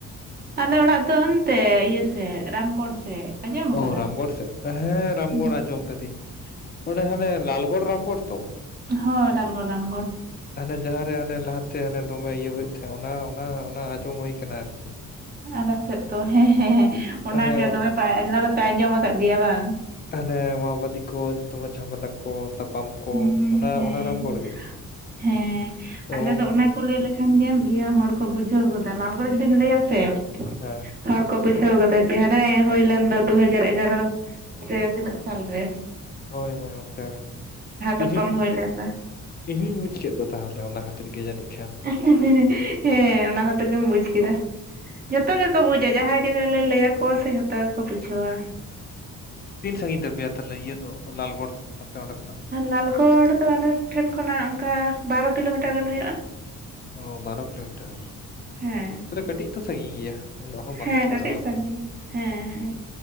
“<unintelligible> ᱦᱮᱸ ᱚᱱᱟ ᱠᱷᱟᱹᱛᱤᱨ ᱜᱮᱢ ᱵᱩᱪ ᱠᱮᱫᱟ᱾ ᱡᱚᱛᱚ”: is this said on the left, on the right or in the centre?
Right